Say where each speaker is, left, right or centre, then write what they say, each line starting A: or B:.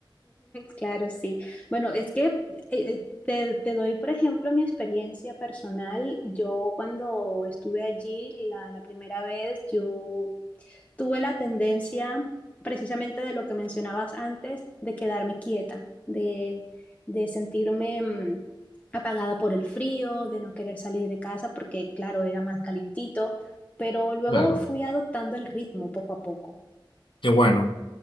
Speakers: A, on the left (about 15°); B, on the left (about 75°).
A: Claro, sí. Bueno, es que eh, eh, te, te doy, por ejemplo, mi experiencia personal. Yo cuando estuve allí la, la primera vez, yo tuve la tendencia, precisamente de lo que mencionabas antes, de quedarme quieta, de, de sentirme mmm, apagada por el frío, de no querer salir de casa porque, claro, era más calientito, pero luego
B: Claro,
A: fui adoptando el ritmo poco a poco.
B: qué bueno.